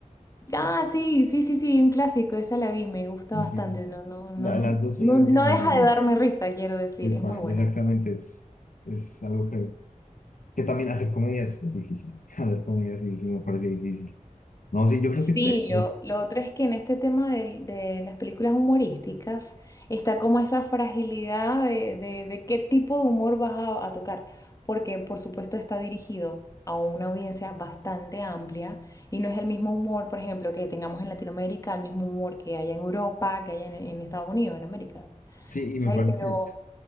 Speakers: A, on the left; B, on the left.
A: Ah, sí, sí, sí, sí, un clásico, esa la vi, me gusta
B: Y
A: bastante,
B: sí,
A: no, no, no,
B: la- las dos son
A: no,
B: muy
A: no
B: buenas.
A: deja
B: la verdad.
A: de darme risa, quiero decir,
B: Epa,
A: es muy buena.
B: exactamente, es, es algo que, que también hacer comedia es, es difícil. <laughs> Hacer comedia sí, sí me parece difícil. No, sí, yo creo
A: Sí,
B: que... de-
A: lo, lo otro es que en este tema del- de, las películas humorísticas está como esa fragilidad de, de- de qué tipo de humor vas a, a tocar, porque por supuesto está dirigido a una audiencia bastante amplia y no es el mismo humor, por ejemplo, que tengamos en Latinoamérica, el mismo humor que hay en Europa, que hay en, en Estados Unidos, en América,
B: Sí,
A: ¿cachai?
B: y me parece
A: Pero,
B: que...